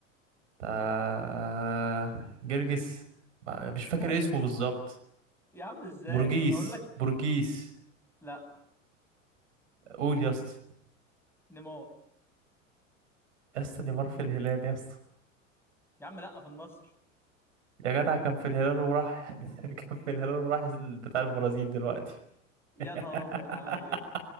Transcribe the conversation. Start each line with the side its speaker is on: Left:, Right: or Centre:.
Right: آه جرجس ما- مش فاكر
Centre: لا
Right: اسمه بالظبط
Centre: يا عم ازاي
Right: بورجيس
Centre: اقول لك
Right: بورجيس
Centre: لا
Right: قول يا اسطى
Centre: نيمار
Right: يا اسطى نيمار في الهلال يا اسطى
Centre: يا عم لا في النصر
Right: يا جدع كان في الهلال وراح <laughs> كان في الهلال وراح بتاع البرازيل دلوقتي
Centre: يا
Right: <laughs>
Centre: نهار ابيض عليا